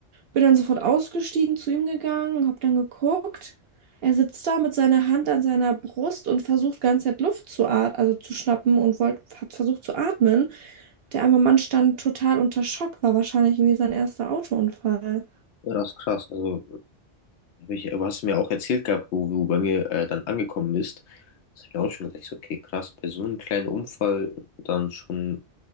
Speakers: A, on the right; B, on the left.
A: Bin dann sofort ausgestiegen, zu ihm gegangen, hab dann geguckt. Er sitzt da mit seiner Hand an seiner Brust und versucht ganze Zeit Luft zu atmen, also zu schnappen und wollt, hat versucht zu atmen. Der arme Mann stand total unter Schock, war wahrscheinlich irgendwie sein erster Autounfall.
B: Ja, das ist krass. Also Hab Ich, aber hast du mir auch erzählt gehabt, wo du bei mir äh, dann angekommen bist. Das hab ich auch schon gedacht, ich so, okay, krass, bei so einem kleinen Unfall dann schon